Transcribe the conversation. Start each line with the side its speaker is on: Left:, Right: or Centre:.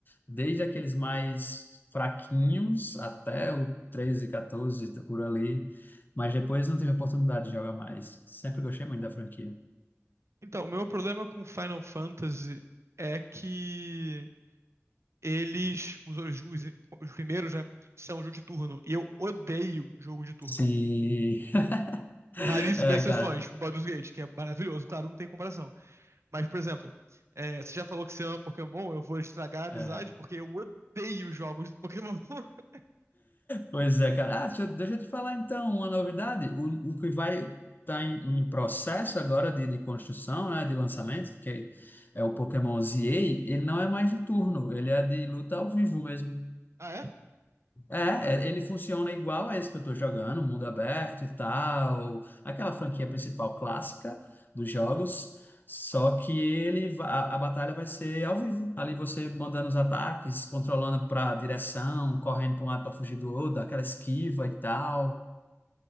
Left: desde aqueles mais fraquinhos até o 13, 14, por ali. Mas depois não tive oportunidade de jogar mais. Sempre gostei muito da franquia.
Right: Então, o meu problema com Final Fantasy é que eles, os, os, os os primeiros, né, são jogo de turno, e eu odeio jogo de turno.
Left: Sim. <laughs>
Right: com raríssimas
Left: É,
Right: exceções,
Left: cara.
Right: tipo Baldur's Gate, que é maravilhoso, claro, não tem comparação. Mas, por exemplo, é, você já falou que você ama Pokémon, eu vou estragar a amizade
Left: é.
Right: porque eu odeio jogos de Pokémon. <laughs>
Left: Pois é, cara. Ah, deixa eu, deixa eu te falar então uma novidade. O, o que vai estar em, em processo agora de, de construção, né, de lançamento, que é, é o Pokémon ZA, ele não é mais de turno, ele é de luta ao vivo mesmo.
Right: Ah, é?
Left: É, é, ele funciona igual a esse que eu tô jogando, mundo aberto e tal, aquela franquia principal clássica dos jogos, só que ele va- a, a batalha vai ser ao vivo, ali você mandando os ataques, controlando para direção, correndo para um lado para fugir do outro, aquela esquiva e tal,